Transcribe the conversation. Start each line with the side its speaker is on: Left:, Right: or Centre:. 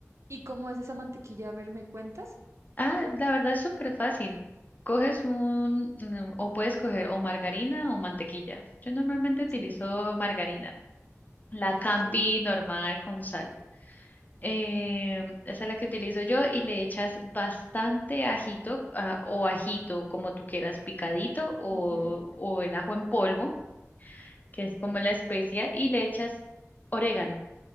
Right: ¿Y cómo es esa mantequilla? A ver, ¿me cuentas?
Left: Ah, la verdad es súper fácil. Coges un, mm, o puedes coger o margarina o mantequilla. Yo normalmente utilizo
Right: Sí,
Left: margarina, la Campi
Right: ok.
Left: normal con sal. Eh, esa es la que utilizo yo y le echas bastante ajito ah, o ajito, como tú quieras, picadito o,
Right: Ujú,
Left: o el ajo en polvo, que es como la especia, y le echas orégano.